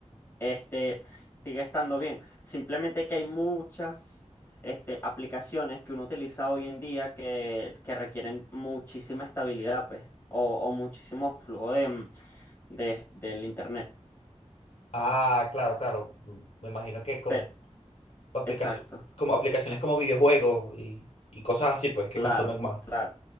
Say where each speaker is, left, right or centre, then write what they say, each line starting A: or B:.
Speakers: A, on the left; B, on the left.
A: este, s- sigue estando bien. Simplemente que hay muchas, este, aplicaciones que uno utiliza hoy en día que, que requieren muchísima estabilidad, pues, o, o muchísimo flujo de, mm, de- del internet.
B: Ah, claro, claro. Mm, Me imagino que con
A: Pe-
B: aplicaci-
A: exacto,
B: como aplicaciones como videojuegos y, y cosas así, pues, que
A: claro,
B: consumen más.
A: claro.